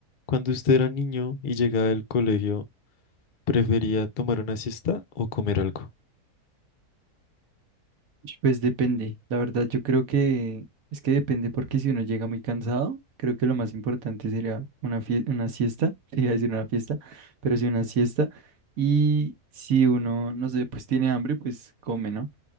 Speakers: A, on the left; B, on the right.
A: Cuando usted era niño y llegaba del colegio, ¿prefería tomar una siesta o comer algo?
B: Pues depende, la verdad yo creo que es que depende porque si uno llega muy cansado, creo que lo más importante sería una fie- una siesta, <laughs> iba a decir una fiesta, pero sí una siesta y si uno, no sé, pues tiene hambre, pues come, ¿no?